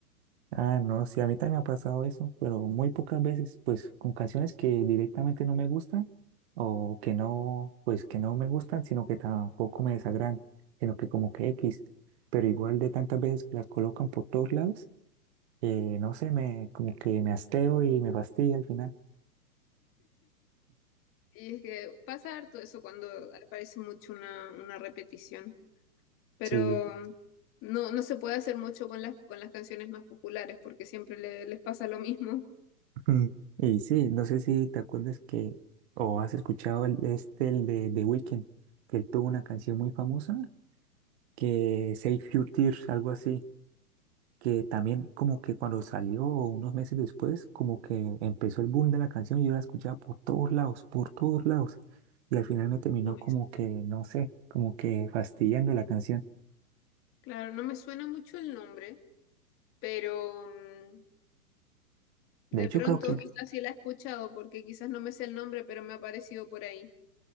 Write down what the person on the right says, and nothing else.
Ah, no, sí, a mí también me ha pasado eso, pero muy pocas veces, pues con canciones que directamente no me gustan o que no, pues que no me gustan, sino que tampoco me desagradan, sino que como que X, pero igual de tantas veces que las colocan por todos lados. eh, no sé, me, como que me hasteo y me fastidia al final.
Sí,
<laughs> y sí, no sé si te acuerdas que, o has escuchado el, este, el de The Weeknd, que él tuvo una canción muy famosa, que Save Your Tears, algo así, que también como que cuando salió unos meses después, como que empezó el boom de la canción y yo la escuchaba por todos lados, por todos lados, y al final me terminó
como que, no sé, como que fastidiando la canción.
De hecho,
creo que